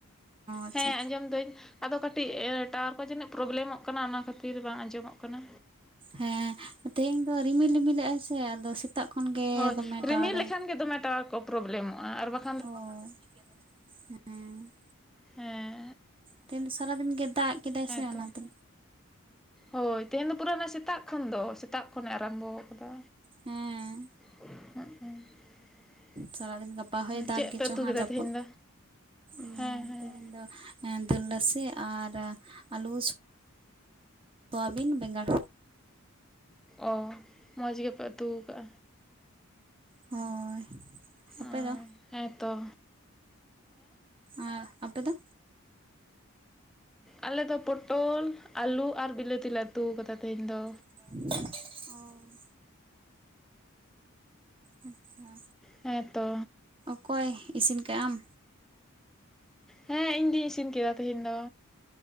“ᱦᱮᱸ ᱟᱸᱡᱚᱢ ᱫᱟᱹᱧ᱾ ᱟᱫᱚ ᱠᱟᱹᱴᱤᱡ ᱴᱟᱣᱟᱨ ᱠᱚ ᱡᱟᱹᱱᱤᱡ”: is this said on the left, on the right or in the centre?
Centre